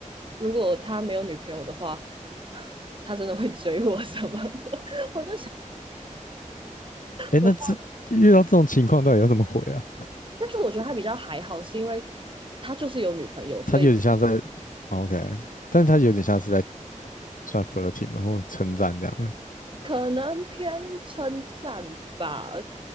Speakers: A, on the right; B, on the left.
A: 如果他没有女朋友的话，<laughs> 他真的会追我什么的。我就想
B: 哎，
A: 我到，
B: 那这遇到这种情况到底要怎么回啊？
A: 但是我觉得他比较还好，是因为他就是有女朋友，所以
B: 他有点像在 o k 但是他有点像是在算 flirting 嘛，或称赞这样。
A: 可能偏称赞吧。